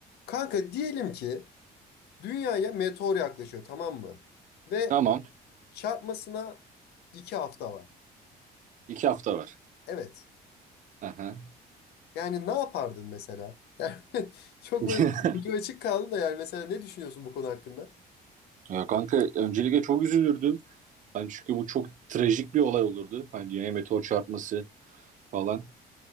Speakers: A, on the left; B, on the right.
A: Kanka diyelim ki dünyaya meteor yaklaşıyor tamam mı? Ve
B: Tamam.
A: çarpmasına iki hafta var.
B: İki hafta var.
A: Evet.
B: Hı hı.
A: Yani ne yapardın mesela? Yani <laughs> çok
B: <laughs>
A: böyle ucu açık kaldı da yani mesela ne düşünüyorsun bu konu hakkında?
B: Ya kanka öncelikle çok üzülürdüm. Hani çünkü bu çok trajik bir olay olurdu. Hani dünyaya meteor çarpması falan.